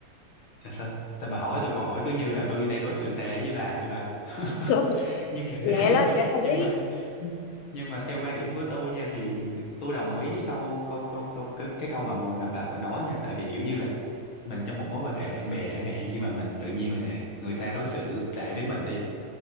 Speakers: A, on the left; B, on the left.
A: là sao sao bà hỏi tôi câu hỏi cứ như là tôi đang đối xử tệ với bà vậy bà <laughs>
B: <laughs> Trời ơi,
A: nhưng mà <laughs>
B: Lẹ lên trả lời
A: nhưng
B: đi.
A: mà nhưng mà theo quan điểm của tôi nha thì tôi đồng ý với câu câu câu câu cái, cái câu mà vừa nè- bà vừa nói nha tại vì kiểu như là mình trong một mối quan hệ bạn bè chẳng hạn khi mà mình tự nhiên là người ta đối xử tệ với mình đi